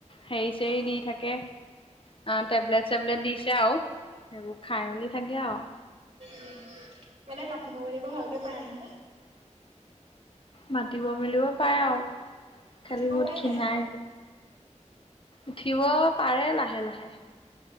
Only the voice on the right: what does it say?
অ'।
উম, মানে মাটি মেলিব ভালকে পাই নহয়।
উঠিব
পাৰে
নাই?